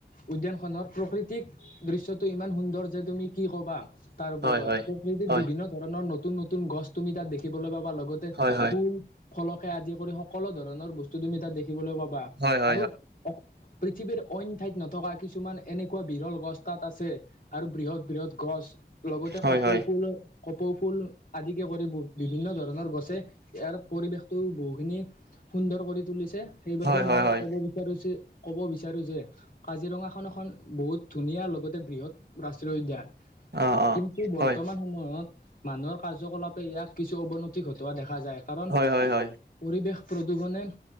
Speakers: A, on the left (about 50°); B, on the right (about 70°).
A: উদ্যানখনৰ প্ৰাকৃতিক দৃশ্যটো ইমান সুন্দৰ যে তুমি কি ক'বা। তাৰ ওপৰত
B: হয় হয়
A: প্ৰকৃতিত
B: হয়
A: বিভিন্ন ধৰণৰ নতুন নতুন গছ তুমি তাত দেখিবলৈ পাবা লগতে
B: হয় হয়
A: ফুল, ফলকে আদি কৰি সকলো ধৰণৰ বস্তু তুমি তাত দেখিবলৈ পাবা
B: হয় হয় হয় হয়
A: আৰু পৃথিৱীৰ অইন ঠাইত নথকা কিছুমান এনেকুৱা বিৰল গছ তাত আছে। আৰু বৃহৎ বৃহৎ গছ লগতে
B: হয়
A: কপৌ
B: হয় হয়
A: ফুল। কপৌ ফুল আদিকে কৰি বিভিন্ন ধৰণৰ গছে। ইয়াৰ পৰিৱেশতটো বহুখিনি সুন্দৰ কৰি তুলিছে সেইবাবে
B: হয় হয়
A: মই
B: হয়
A: ক'ব বি বিচাৰো যে কব বিচাৰো যে, কাজিৰঙাখন এখন বহুত ধুনীয়া লগতে বৃহৎ ৰাষ্ট্ৰীয় উদ্যান।
B: অ অ
A: কিন্তু বৰ্তমান
B: হয়
A: সময়ত, মানুহৰ কাৰ্যকলাপে ইয়াক কিছু অৱনতি ঘটোৱা দেখা যায় কাৰণ।
B: হয় হয় হয়
A: পৰিৱেশ প্ৰদূষণে